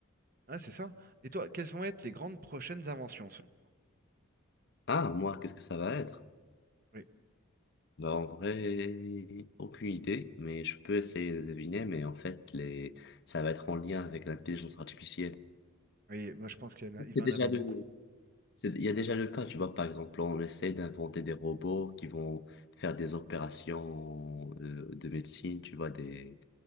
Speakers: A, on the right; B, on the left.
A: ah, c'est ça. Et toi, quelles vont être les grandes prochaines inventions selon toi?
B: Ah, moi, qu'est-ce que ça va être?
A: Oui,
B: Bah, en vrai, aucune idée, mais je peux essayer de deviner, mais en fait, les... ça va être en lien avec l'intelligence artificielle.
A: oui, moi je pense qu'il y en a- il
B: C'est
A: va
B: déjà
A: en avoir
B: le...
A: beaucoup.
B: c'est- Il y a déjà le cas, tu vois, par exemple, on essaie d'inventer des robots qui vont faire des opérations euh, de médecine, tu vois, des...